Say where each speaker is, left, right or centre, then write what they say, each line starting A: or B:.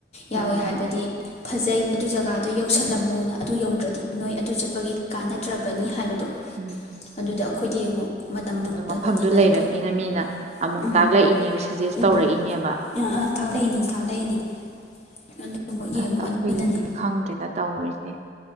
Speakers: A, on the right; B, on the left.
A: ꯎꯝ ꯎꯝ
B: ꯌꯥꯋꯦ ꯍꯥꯏꯕꯥꯗꯤ
A: ꯎꯝ
B: ꯐꯥꯖꯩ ꯑꯗꯨ ꯖꯥꯒꯥꯗꯣ ꯌꯧꯁꯜꯂꯥꯃꯨꯅꯥ ꯑꯗꯨ ꯌꯧꯗ꯭ꯔꯥꯗꯤ ꯅꯣꯏ ꯑꯗꯨ ꯆꯥꯠꯄꯒꯤ ꯀꯥꯟꯅꯗ꯭ꯔꯥꯕꯥꯅꯤ ꯍꯥꯏꯕꯥꯗꯣ
A: ꯎꯪ
B: ꯑꯗꯨꯗ ꯑꯈꫭꯏꯗꯤ ꯌꯦꯡꯉꯨ ꯃꯇꯝ ꯐꯪꯗꯕꯅꯤꯅ
A: ꯃꯐꯝꯗꯨ
B: ꯑꯗꫭ
A: ꯂꯩꯔꯕꯅꯤꯅ
B: ꯎꯝ ꯎꯝ
A: ꯃꯤꯅ
B: ꯗꯨ
A: ꯑꯃꯨꯛ
B: ꯃꯐꯝꯗꯨ
A: ꯇꯥꯛꯂꯛꯏꯅꯦꯕ
B: ꯂꯩꯔꯃꯤꯅ ꯃꯤꯅ
A: ꯁꯖꯦꯁ
B: ꯑꯃꯨꯛ
A: ꯇꯧꯔꯛꯏꯅꯦꯕ
B: ꯇꯥꯛꯂꯛꯏꯅꯦꯕ ꯁꯖꯦꯁ ꯇꯧꯔꯛꯏꯅꯦꯕ ꯑ ꯑ ꯇꯥꯛꯂꯛꯏꯅꯤ ꯇꯥꯛꯂꯛꯏꯅꯤ ꯑꯗꯨꯕꯨ ꯌꯦꯡꯉꯣ
A: ꯑꯁ ꯑꯈꫭꯏꯒꯤꯗꯤ
B: ꯑꯗꯨꯅꯅꯤ
A: ꯈꯪꯗꯦꯗ ꯇꯧꯔꯤꯁꯦ